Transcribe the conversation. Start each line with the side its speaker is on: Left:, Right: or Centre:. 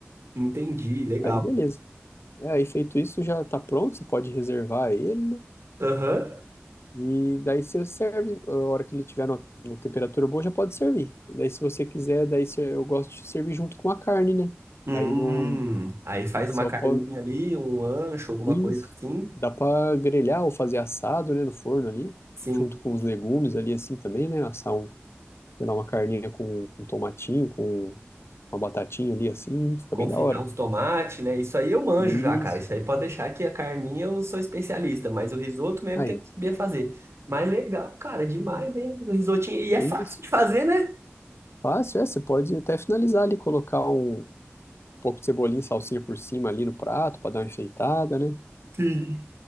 Right: Entendi, legal.
Left: Aí beleza. É, aí feito isso, já tá pronto, você pode reservar ele, né?
Right: Aham.
Left: E daí você serve, a hora que ele tiver na na temperatura boa, já pode servir. E daí se você quiser, daí você- eu gosto de servir junto com a carne, né?
Right: Hum,
Left: Aí no
Right: aí faz
Left: só
Right: uma carninha
Left: pode
Right: ali, um ancho, alguma
Left: isso,
Right: coisa assim.
Left: dá pra grelhar ou fazer assado, né, no forno ali,
Right: Sim.
Left: junto com os legumes ali assim também, né? Assar um, sei lá, uma carninha com, com tomatinho, com uma batatinha ali assim, fica
Right: Confitar
Left: bem da hora.
Right: os tomates, né? Isso aí eu manjo
Left: Isso.
Right: já, cara. Isso aí pode deixar que a carninha eu sou especialista, mas o risoto mesmo
Left: Aí,
Right: que eu não
Left: ó.
Right: sabia fazer. Mas legal, cara, demais, hein? O risotinho. E é
Left: É
Right: fácil
Left: Isso.
Right: de fazer, né?
Left: Fácil, é, você pode até finalizar ali, colocar um pouco de cebolinha e salsinha por cima ali no prato pra dar uma enfeitada, né?
Right: Sim.